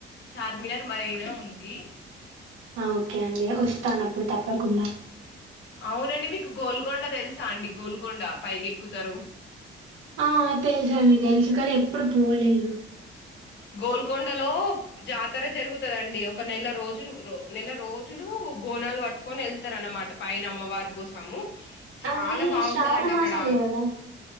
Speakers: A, on the left; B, on the right.
A: చార్మినార్ మైరా ఉంది.
B: అహ్ ఒకే అండి ఒస్తాను అప్పుడు తప్పకుండా.
A: అవునండి మీకు గోల్కొండ తెలుసా అండి గుల్కొండ పైకి ఎక్కుతారు.
B: అహ్ తెల్సు అండి తెలుసు కాని ఎప్పుడు పోలేదు.
A: గోల్కొండలో జాతర జరుగుతదండి. ఒక నెల రోజులు నెల రోజులు బోనాలు బట్టుకొని వెళ్తారనమాట పైన అమ్మవారి కోసము. చాలా
B: అది
A: బాగుంటదండి
B: శ్రావణ
A: అక్కడ.
B: మాసంలో గదా!